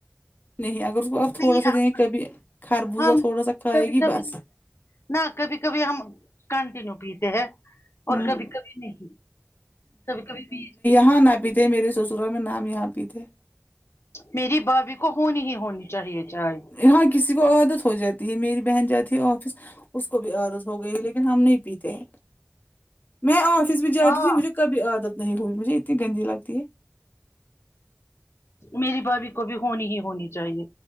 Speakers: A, on the left; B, on the left.
A: نہیں اگر اس کو آپ تھوڑا
B: نہیں
A: سا
B: آپ-
A: دیں کبھی خربوزا
B: ہم
A: تھوڑا سا کھائے
B: کبھی
A: گی
B: کبھی
A: بس
B: نہ کبھی کبھی ہم کنٹینیو پیتے ہیں اور
A: ہوں
B: کبھی کبھی نہیں کبھی کبھی بیچ بھی
A: ہاں نہ پینا تھے میرے سسرال میں نام یہاں پہ تھے
B: میری بھابھی کو ہونی ہی ہونی چاہیے چائے
A: ہاں کسی کو عادت ہو جاتی ہے میری بہن جاتی ہے آفس اس کو بھی عادت ہو گئی ہے لیکن ہم نہیں پیتے ہیں میں آفس بھی جاتی
B: ہاں
A: تھی مجھے کبھی عادت نہیں ہوئی مجھے اتنی گندی لگتی ہے
B: میری بھابھی کو بھی ہونی ہی ہونی چاہیے